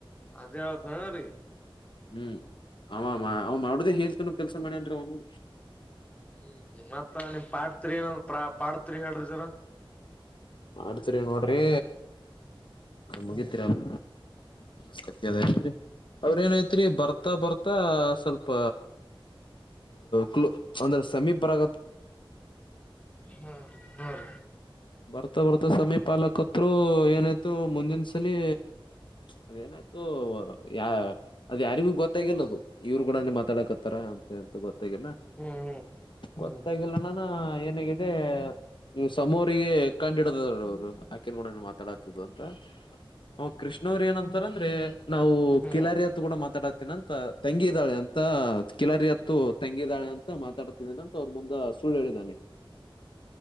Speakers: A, on the left; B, on the left.
A: ಅದೇಳ್ತನ ರೀ.
B: ಹ್ಮ್ ಅವ ಅವ ಮಾಡುದೇ ಹೇಲು ತಿನ್ನೋ ಕೆಲ್ಸ ಮಾಡೌನ್ರಿ ಅವನು.
A: ಹ್ಮ್ ಹ್ಮ್ ಮತ್ತ ಪಠ. Criminal prop. ಮಾಡ್ತೀವಿ ಹೇಳ್ರಿ ಸರ.
B: ಮಾಡ್ತೀರಿ ನೋಡ್ರಿ. ನ ಮುಗಿತ್ರಿ
A: ಹ್ಮ್
B: ಎಲ್ಲ. ಸತ್ರಿ ಅವರೇನಾಯ್ತ್ರಿ ಬರ್ತಾ ಬರ್ತಾ ಸ್ವಲ್ಪ ಕ್ಲೂ ಅಂದ್ರ ಸಮೀಪ ಬರಕತ್.
A: ಹಾ ಹೌ ರೀ.
B: ಬರ್ತಾ ಬರ್ತಾ ಸಮೀಪಲ ಕತೃ ಏನಾಯ್ತು ಮುಂದಿನ ಸಲಿ ಅದೇನಾಯ್ತು ಯ ಅದ ಯಾರಿಗೂ ಗೊತ್ತಾಗಿಲ್ಲ ಅದು ಇವ್ರ ಕೂಡ ಮಾತಾಡಕತ್ತಾರ ಅಂತ ಎಂತ ಗೊತ್ತ.
A: ಹ್ಮ್ ಹ್ಮ್
B: ಗೊತ್ತಾಗಿಲ್ಲ
A: ಹ್ಮ್
B: ನಾನು ಏನಗಿದೆ. ನಿಮ್ ಸಮ. ಅವರಿಗೆ ಕಂಡ ಹಿಡಿದಾರ್ ಅವರು ಹಾಕಿನಿ ಕೂಡ. ತಳತಿದ್ದು ಅಂತ ಅವ ಕೃಷ್ಣವ್ರ ಏನಂತಾರ ಅಂದ್ರೆ. ನಾವು
A: ಹ್ಮ್
B: ಕಿಲಾರಿ ಹತ್ ಕೂಡ ಮಾತಾಡಾತೀನ ಅಂತ. ತಂಗಿ ಇದಾಳೆ ಅಂತ ಕಿಲರಿ ಹತ್ತು ತಂಗಿದ್ದಾಳೆ ಅಂತ ಮಾತಾಡತಿದ್ದೇನ ಅಂತ ಅವ್ರ ಮುಂದ ಸುಳ್ಳು ಹೇಳಿದ್ದಾನೆ.